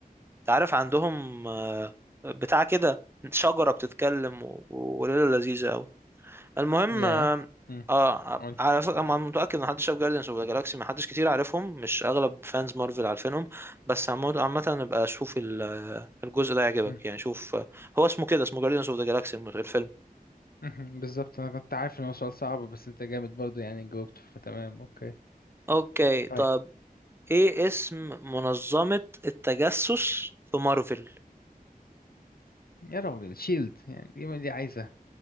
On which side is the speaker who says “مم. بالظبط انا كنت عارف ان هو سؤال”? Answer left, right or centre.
Left